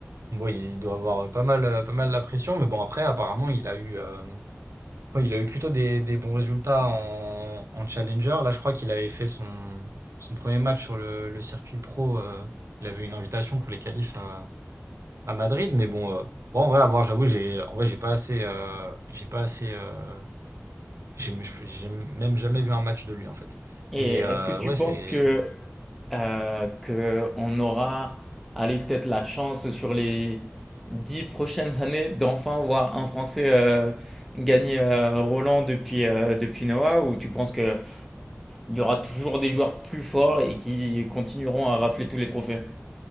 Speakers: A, on the right (about 75°); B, in the centre.
A: bon, il il doit avoir euh, pas mal, euh, pas mal la pression. Mais bon, après, apparemment, il a eu, euh, quoi, il a eu plutôt des, des bons résultats en, en Challenger. Là, je crois qu'il avait fait son, son premier match sur le, le circuit pro. euh, il avait une invitation pour les qualifs à, à Madrid. Mais bon, euh, bon, en vrai, à voir, j'avoue, j'ai, en vrai, j'ai pas assez, euh, j'ai pas assez. euh, j'ai mais j'ai même jamais vu un match de lui, en fait.
B: Et
A: Mais
B: est-ce
A: heu,
B: que tu
A: ouais,
B: penses
A: c'est
B: que euh, que on aura, allez, peut-être la chance sur les 10 prochaines années d'enfin voir un Français euh, gagner euh, Roland depuis, euh, depuis Noah, ou tu penses qu'il y aura toujours des joueurs plus forts et qui continueront à rafler tous les trophées?